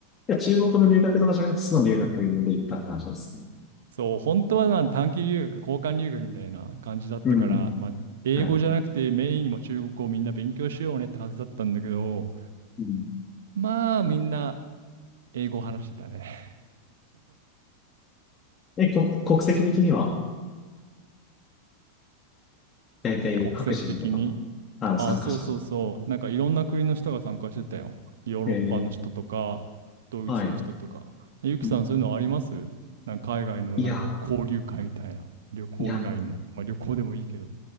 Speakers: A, on the left (about 25°); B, on the right (about 60°).
A: いや、中国の留学とかじゃなくて、その留学で行ったって話ですね。
B: そう、本当はな短期留学、交換留学みたいな感じだったから、
A: うん。
B: まあ、英語じゃなくてメインにも中国語をみんな勉強しようねってはずだったんだけど、
A: はい。うん
B: まあみんな英語を話してたね、<laughs>
A: え、こ、国籍的には、大体白人とか、
B: 国籍的に。
A: あの、
B: あ、
A: 参加者の。
B: そうそうそう。なんかいろんな国の人が参加してたよ。ヨーロッパの人とか、
A: ええ、
B: ドイツの人とか。
A: はい。
B: ゆきさん、
A: うん
B: そういうのありますなんか海外のなんか交流会みたいな。
A: いや、
B: 旅行以外にも。
A: いや、
B: まあ旅行でもいいけど。